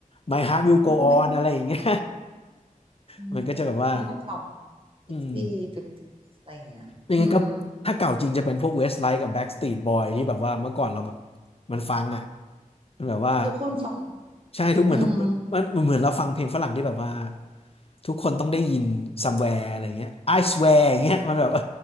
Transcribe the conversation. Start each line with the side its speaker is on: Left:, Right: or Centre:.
Left: My Heart Will Go
Right: ก็ไม่
Left: On อะไรอย่างเงี้ย
Right: อืมใช่
Left: <laughs> มันก็จะแบบว่า
Right: ถ้าเก่า sixty
Left: อืม
Right: fifty อะไรอย่างเงี้ยอืม
Left: ยังไงก็ถ้าเก่าจริงจะเป็นพวกเวสไลท์กับแบ็กสตรีทบอยที่แบบว่าเมื่อก่อนเราแบบมันฟังอ่ะมันแบบว่า
Right: ทุกคนฟัง
Left: ใช่ทุกเหมือนทุกมันมันเหมือนเราฟังเพลงฝรั่งที่แบบว่า
Right: อืม
Left: ทุกคนต้องได้ยิน somewhere อะไรเงี้ย I swear อย่างเงี้ยมันแบบเอ